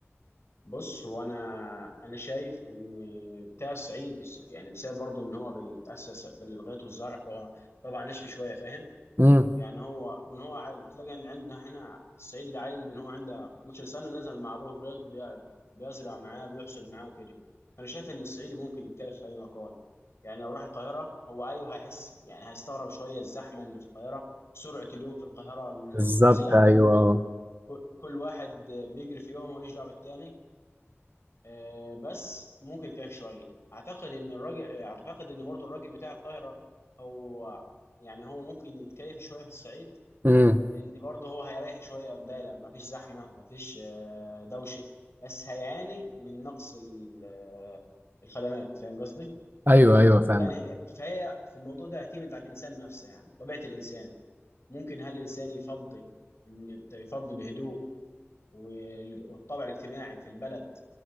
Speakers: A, on the left; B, on the right.
A: بص هو انا انا شايف ان بتاع الصعيد بس يعني بسبب برضه ان هو بيتاسس في الغيط والزرع فهو طبعا نشف شويه فاهم
B: امم
A: يعني هو من هو ع- تلاقي ان عندنا احنا في الصعيد العيل من هو عنده 12 سنه نزل مع ابوه الغيط بي- بيزرع معاه بيحصد معاه وكده فانا شايف ان الصعيدي ممكن يتكيف في اي مكان يعني لو راح القاهره هو ايوه هيحس يعني هيستغرب شويه الزحمه اللي في القاهره سرعه اليوم في القاهره الفظيعه
B: بالظبط ايوه
A: دي كل
B: أه.
A: كل كل واحد بيجري في يومه ماليش دعوه بالتاني آه، بس ممكن كاف شويه اعتقد ان الراجل آه، اعتقد ان برضو الراجل بتاع القاهره هو يعني هو ممكن يتكيف شويه في الصعيد
B: امم
A: لان برضه هو هيريح شويه باله ما فيش زحمه ما فيش آه، دوشه بس هيعاني من نقص ال- آه، الخدمات فاهم قصدي
B: ايوه ايوه فاهمك
A: يعني هي- فهي في الموضوع ده يعتمد على الانسان نفسه يعني طبيعه الانسان ممكن هل الانسان يفضل ان يفضل الهدوء وال- والطابع الاجتماعي في البلد